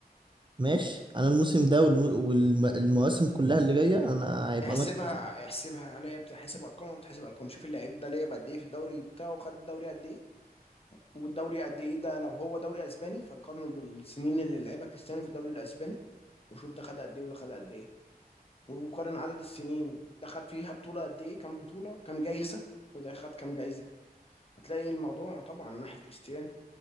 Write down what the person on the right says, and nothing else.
ماشي انا الموسم ده والمواسم كلها اللي جايه انا هيبقى
مكسب